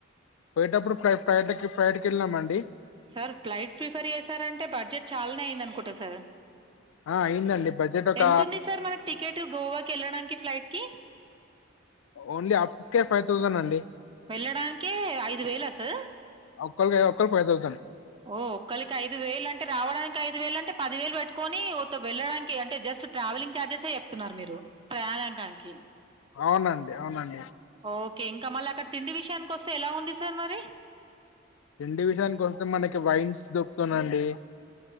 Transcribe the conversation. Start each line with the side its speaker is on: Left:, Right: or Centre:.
Left: పోయేటప్పుడు ఫ్లైట్ ఎక్కి ఫ్లైట్ లో వెళ్ళామండి
Right: సార్ ఫ్లైట్ ప్రిఫర్ చేసారంటే బడ్జెట్ చాలానే అయింది అనుకుంటా సార్
Left: ఆ అయిందండి బడ్జెట్ ఒక
Right: ఎంత ఉంది సార్ మనకు టికెట్ గోవాకి వెళ్ళడానికి ఫ్లైట్ కి
Left: ఓన్లీ ఫైవ్ థౌసండ్ అండి
Right: వెళ్ళడానికే ఐదు వేల సార్
Left: ఒకరికి ఫైవ్ థౌసండ్
Right: ఓ ఒక్కలికి ఐదు వేలు అంటే రావడానికి ఐదు వేలు అంటే పది వేలు పట్టుకొని ఉత్త వెళ్ళడానికి అంటే జస్ట్ ట్రావెలింగ్ చార్జెస్ చెప్తున్నారు మీరు ప్రయాణానికి
Left: అవునండి అవునండి
Right: ఓకే ఇంకా మళ్ళ అక్కడ తిండి విషయానికి వస్తే ఎలా ఉంది సార్ మరి
Left: తిండి విషయాని కోస్తే మనకి వైన్స్ దొరుకుతుంది అండి